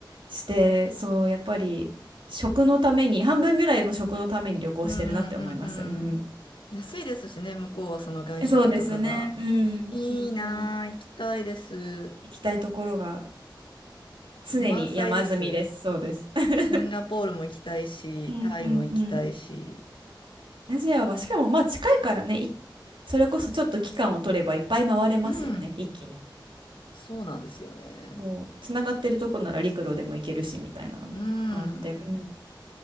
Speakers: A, on the right (about 80°); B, on the left (about 80°).
A: して、そう、やっぱり食のために、半分ぐらいも食のために旅行してるなって思います。
B: うんうんうんうん。
A: うん。
B: 安いですしね、向こうはその外食とかが。
A: そうですね。うん。
B: いいなぁ、
A: そうそう。
B: 行きたいです。
A: 行きたいところが常に山積みです。
B: 満載です。
A: そうです。<laughs>
B: シンガポールも行きたいし、
A: うんうんうん。
B: タイも行きたいし。
A: アジアは、しかもまあ近いからね、いそれこそちょっと期間を取ればいっぱい回れますよね、
B: うん。
A: 一気に。
B: そうなんですよね。
A: もう、つながってるとこなら陸路でも行けるし、みたいなのもあって、
B: うん。
A: うん。